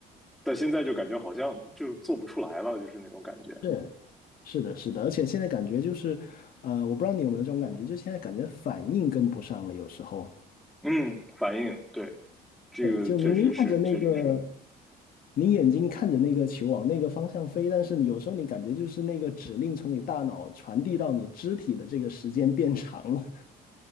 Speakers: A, in the centre; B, on the left.
A: 但现在就感觉好像就做不出来了，就是那种感觉。
B: 是，是的，是的，而且现在感觉就是，呃，我不知道你有没有这种感觉，就现在感觉反应跟不上了，有时候，
A: 嗯，反应，对，这个确实是，
B: 对，就明明看着那个，
A: 确实是，
B: 你眼睛看着那个球往那个方向飞，但是你有时候你感觉就是那个指令从你大脑传递到你肢体的这个时间变长了。